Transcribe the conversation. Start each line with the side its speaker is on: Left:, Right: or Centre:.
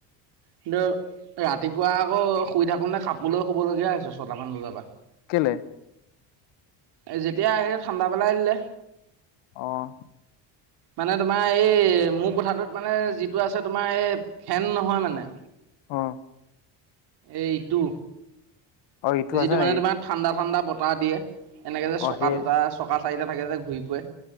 Right: কিন্তু ৰাতিপুৱা আকৌ শুই থাকো নে কাপোৰলৈও শুব লগীয়া হৈছে ছটামান বজাৰ পৰা।
Left: কে'লে?
Right: এ যেতিয়া আহিলে ঠাণ্ডা পেলাই দিলে।
Left: অ',
Right: মানে তোমাৰ এই মোৰ কোঠাটোত মানে যিটো আছে, তোমাৰ এই ফেন নহয় মানে।
Left: অহ
Right: এইটো
Left: অ', ইটো
Right: যিটো
Left: আছে
Right: মানে
Left: নেকি
Right: তোমাৰ ঠাণ্ডা ঠাণ্ডা বতাহ দিয়ে, এনেকে যে
Left: অ',
Right: চকা
Left: সেই
Right: দুটা চকা চাৰিটা থাকে যে। ঘূৰি ফুৰে।